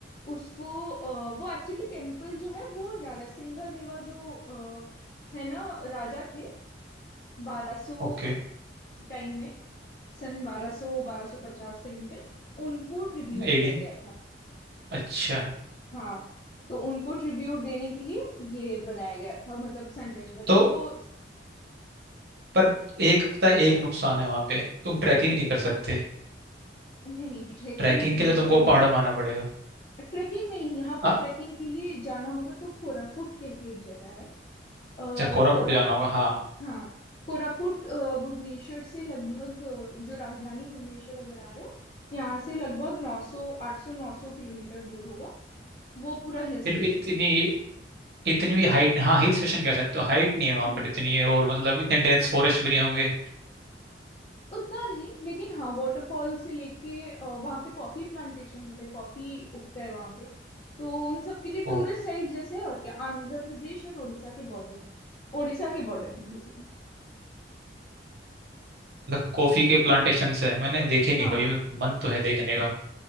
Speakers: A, on the left (about 40°); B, on the right (about 60°).
A: उसको अ, वो एक्चुअली टेम्पल जो है वो नरसिंह देवा जो अ, है ना राजा थे 1200
B: ओके
A: टाइम में सन 1200 1250 टाइम पे उनको ट्रिब्यूट दिया
B: एडी
A: गया था
B: अच्छा
A: हाँ तो उनको ट्रिब्यूट देने के लिए ये बनाया गया था मतलब सन टेम्पल
B: तो
A: उनको
B: पर एक पता है, एक नुकसान है वहां पे तुम ट्रैकिंग
A: जी
B: नहीं कर सकते
A: नहीं ट्रेकिंग
B: ट्रैकिंग
A: तो यहाँ
B: के लिए तुमको
A: पे कहीं
B: पहाड़ों में आना पड़ेगा
A: ट्रेकिंग नहीं यहाँ पे
B: हाँ
A: ट्रेकिंग के लिए जाना होगा तो कोरापुट कह के एक जगह है आ,
B: अच्छा कोरापुट
A: कोरा
B: जाना होगा हाँ
A: हाँ कोरापुट अ, भुवनेश्वर से लगभग अ, जो राजधानी भुवनेश्वर अगर आ रहे हो यहाँ से लगभग 900 800 900 किलोमीटर दूर होगा वो पूरा हिल
B: फिर
A: स्टेशन
B: भी इतनी
A: है
B: इतनी भी हाइट हाँ हिल स्टेशन कह सकते हो हाइट नहीं है वहां
A: हम्म
B: पर इतनी है और मतलब इतने डेंस फॉरेस्ट भी नहीं होंगे
A: उतना नहीं लेकिन हाँ वाटरफॉल से लेके अ, वहाँ पे कॉफी प्लांटेशन होते हैं कॉफी उगता है वहाँ पे तो उन सब के लिए
B: वो
A: टूरिस्ट साइट जैसे है और क्या आंध्र प्रदेश और उड़ीसा के बॉर्डर में उड़ीसा के बॉर्डर में बेसिकली
B: मतलब कॉफी के प्लांटेशन है मैंने देखे नहीं
A: हाँ
B: कभी मन तो है देखने का